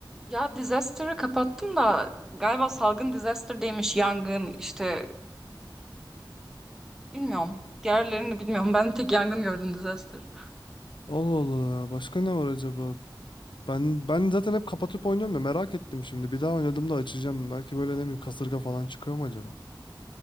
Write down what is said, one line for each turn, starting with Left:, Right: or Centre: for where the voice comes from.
Centre: Ya disaster'ı kapattım da galiba salgın disaster değilmiş. Yangın, işte Bilmiyorum. Diğerlerini bilmiyorum. Ben tek yangın gördüm disaster.
Left: Allah Allah başka ne var acaba? Ben ben zaten hep kapatıp oynuyorum ya merak ettim şimdi. Bir daha oynadığımda açacağım. Belki böyle ne bileyim kasırga falan çıkıyor mu acaba?